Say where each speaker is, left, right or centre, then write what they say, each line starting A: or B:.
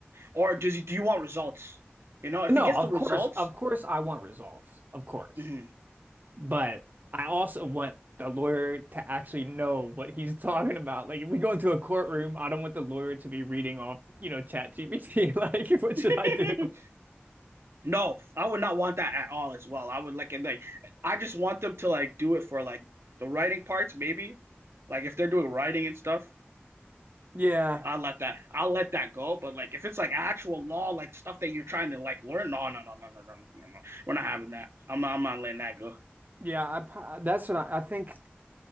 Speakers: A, on the right; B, on the right.
A: or does he, do you want results? You know, if
B: No,
A: he gets
B: of
A: the results,
B: course, of course, I want results. Of course.
A: mhm.
B: But I also want the lawyer to actually know what he's <laughs> talking about. Like if we go into a courtroom, I don't want the lawyer to be reading off, you know, ChatGPT. <laughs> Like, what
A: <laughs>
B: should I do?
A: No, I would not want that at all. As well, I would like and like. I just want them to like do it for like the writing parts, maybe. Like if they're doing writing and stuff.
B: Yeah.
A: I'll let that I'll let that go. But like if it's like actual law, like stuff that you're trying to like learn, no, no, no, no, no, no, no, no. We're not having that. I'm not I'm not letting that go.
B: Yeah, I pro- that's what I, I think